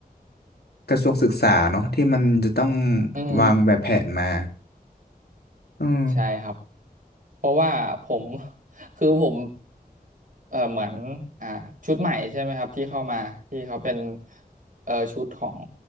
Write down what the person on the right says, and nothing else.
อืม
ใช่ครับ เพราะว่าผม <laughs> คือผมเออเหมือนอ่าชุดใหม่ใช่ไหมครับที่เข้ามาที่เขาเป็นเออชุดของ